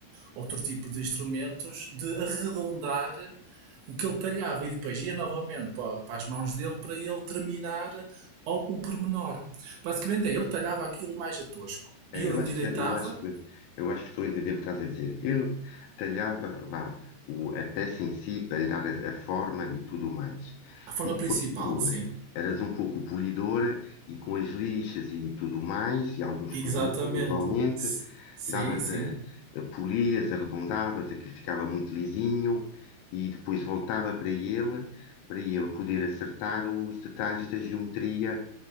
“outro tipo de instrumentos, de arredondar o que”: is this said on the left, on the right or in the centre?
Right